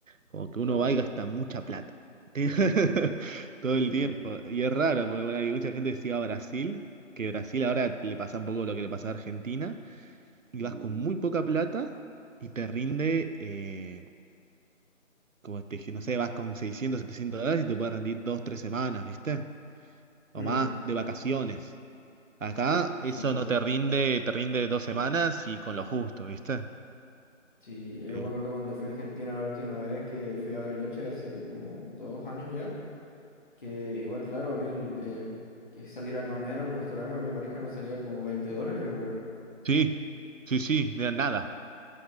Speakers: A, on the right (about 80°); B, on the left (about 40°).
A: Como que
B: Claro.
A: uno va y gasta mucha plata. <laughs> Todo
B: Sí.
A: el tiempo. Y es raro, porque bueno, hay mucha gente que se iba a Brasil, que Brasil ahora le pasa un poco lo que le pasa a Argentina, y vas con muy poca plata y te rinde, eh, como te dije, no sé, vas con 600, 700 dólares y te puede rendir dos, tres semanas, ¿viste? O
B: Mm,
A: más, de vacaciones. Acá eso
B: sí, pues.
A: no te rinde, te rinde dos semanas y con lo justo, ¿viste?
B: Sí, yo
A: Eh,
B: me acuerdo cuando fui a Argentina la última vez que fui a Bariloche, hace como dos años ya, que igual, claro, a mí el, eh, que salir a comer a un restaurante con mi pareja me salía como 20 dólares, weón.
A: sí, sí, sí, de nada.